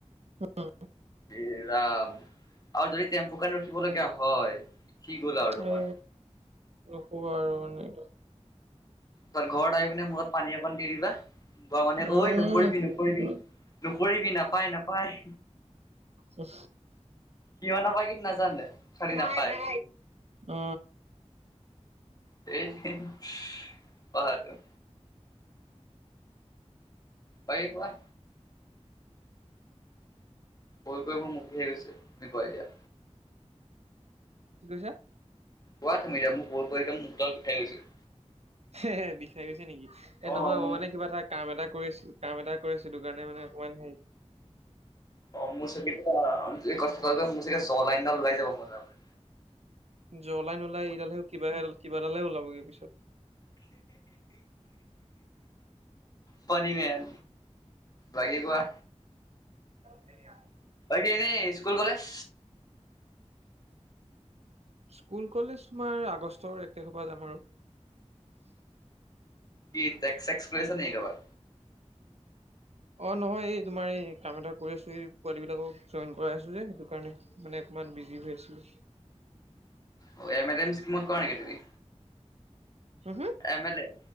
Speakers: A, on the right; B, on the left.
A: উম।
B: এইৰা। আৰু যদি টেম্পু কাৰণে ৰখিব লগীয়া হয় সি গ'ল আৰু তোমাৰ
A: এ নকবা আৰু এনেত
B: ত ঘৰত আহি পিনে মুখত পানী অকণ দি দিবা। ঘৰৰ মানুহে কয়
A: উম
B: ঐ নকৰিবি নকৰিবি
A: উম উম
B: নকৰিবি নাপায় নাপায়।
A: উম।
B: কিয় নাপায় কিন্তু নাজানে। খালি
A: বাই
B: নাপায়
A: বাই, অ।
B: সেইটোৱে পঢ়াটো। বাকী কোৱা? কৈ কৈ মোৰ মুখ বিষায় গৈছে তুমি কোৱা এতিয়া।
A: কি কৈছা?
B: কোৱা তুমি এতিয়া মোৰ কৈ কৈ একদম মুখ গাল বিষায় গৈছে।
A: সে সে বিষাই গৈছে নেকি এ
B: অ'
A: নহয় মই
B: মোৰ
A: মানে কিবা এটা। কাম এটা কৰি আছিলোঁ কাম এটা কৰি আছিলোঁ সেইটো কাৰণে মানে অকমান হেৰী
B: অ মোৰ চাগে এতিয়া এই কষ্ট কৰি কৰি মোৰ চাগে জ লাইন দাল ওলাই যাব মজা কৈ।
A: জ লাইন নোলাই এইদালহে কিবাহে এডাল কিবাদালহে ওলাবগে পিছত
B: ফানি মেন। বাকী কোৱা?
A: সেয়াই।
B: তুমি এনেই স্কুল কলেজ।
A: স্কুল কলেজ তোমাৰ আগষ্টৰ এক তাৰিখৰ পৰা যাম আৰু।
B: কি টেক্স চেক্স কৰি আছা নেকি কাবাক
A: অ নহয় এই তোমাৰ এই কাম এটা কৰি আছোঁ এই পোৱালি বিলাকক জয়েন কৰাই আছোঁ যে সেইটো কাৰণে। মানে অকণমান বিজি হৈ আছিলোঁ।
B: অ এমে লেম স্কিমত কৰা নেকি তুমি?
A: Home home.
B: এমে লেম,